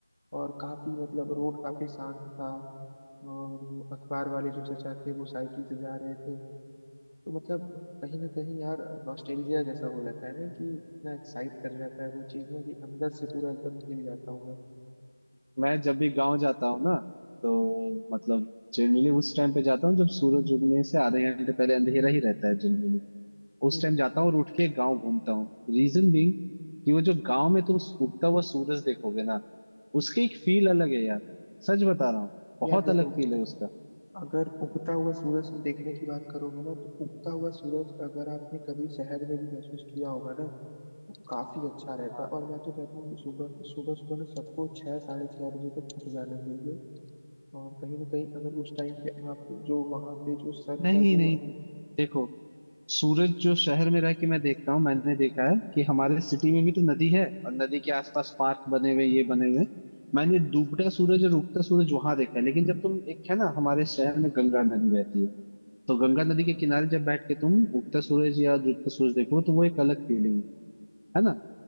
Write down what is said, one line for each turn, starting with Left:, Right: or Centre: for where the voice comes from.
Left: और काफी मतलब
Right: हाँ।
Left: रोड काफी शांत था और वो अखबार वाले जो चचा थे वो साइकिल से जा रहे थे तो मतलब कहीं ना कहीं यार नॉस्टैल्जिया जैसा हो जाता है ना कि इतना एक्साइट कर जाता है वो चीज ना कि अंदर से पूरा एकदम हिल जाता हूँ मैं
Right: मैं जब भी गांव जाता हूँ ना तो मतलब जनरली उस टाइम पे जाता हूँ जब सूरज उगने से आधे घंटे पहले अंधेरा ही रहता है उस
Left: हम्म,
Right: टाइम जाता हूँ और उठ के गाँव घूमता हूँ रीजन बीइंग कि वो जो गाँव में तुम उगता हुआ सूरज देखोगे ना उसकी एक फील अलग है यार सच बता रहा हूँ बहुत
Left: यार देखो
Right: अलग फील है उसका
Left: अगर उगता हुआ सूरज देखने की बात करोगे ना तो उगता हुआ सूरज अगर आपने कभी शहर में भी महसूस किया होगा ना तो काफी अच्छा रहता
Right: हाँ
Left: है और मैं तो कहता हूँ कि सुबह सुबह सुबह ना सबको छह साढ़े छह बजे तक उठ जाना चाहिए और कहीं ना कहीं अगर उस टाइम पे आप जो वहां पे जो सन
Right: नहीं
Left: का जो
Right: नहीं नहीं देखो सूरज जो शहर में रह के मैं देखता हूँ मैंने देखा है कि हमारे सिटी में भी तो नदी है और नदी के आसपास पार्क बने हुए ये बने हुए मैंने डूबता सूरज और उगता सूरज वहां देखा है लेकिन जब तुम एक है ना हमारे शहर में गंगा नदी बहती है तो गंगा नदी के किनारे जब बैठ के तुम उगता सूरज या डूबता सूरज देखो तो वो एक अलग फीलिंग है है ना